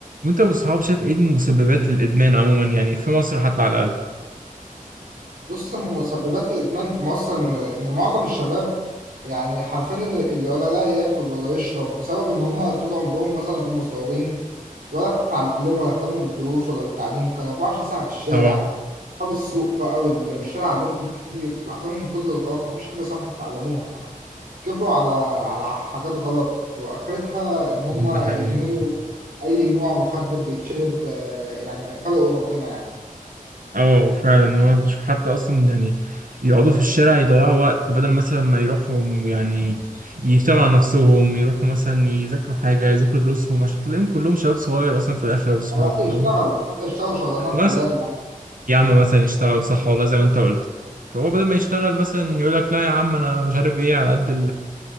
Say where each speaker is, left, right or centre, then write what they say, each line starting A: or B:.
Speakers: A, on the right; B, on the right.
A: وانت والصحاب شايف ايه المسببات للادمان عموما يعني في مصر حتى على الاقل
B: بص من مسببات الإدمان في مصر إن إن معظم الشباب يعني حرفيا اللي اللي ولا لا ياكل ولا يشرب بسبب إن هما طول عمرهم مثلا وهم صغيرين ولا اتعلموا ولا اهتموا بالدروس ولا بالتعليم كانوا 24 ساعة في الشارع
A: اه
B: أصحاب السوق بقى وال- والشارع علمهم كتير علمهم كل الغلط مفيش حاجة صح اتعلموها كبروا على على حاجات غلط وآخرتها إن هما
A: ده حقيقي
B: يدمنوا أي نوع مخدر بيتشرب آه، يعني خلقه ربنا يعني.
A: اه فعلا هو بشوف حتى اصلا يعني يقعدوا في الشارع يضيعوا وقت بدل مثلا ما يروحوا يعني يشتغلوا على نفسهم يروحوا مثلا يذاكروا حاجه يذاكروا دروسهم عشان تلاقيهم كلهم شباب صغير اصلا في الاخر والصحاب
B: على الأقل
A: تمام
B: يشتغلوا حتى يشتغلوا شغلانات
A: مثلا
B: حلال يعني
A: يا عم مثلا يشتغل صح والله زي ما انت قلت فهو بدل ما يشتغل مثلا يقول لك لا يا عم انا مش عارف ايه على قد